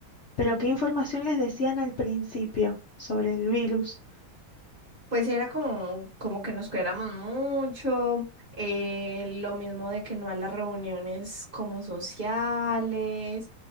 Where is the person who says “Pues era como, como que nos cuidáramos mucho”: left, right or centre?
Right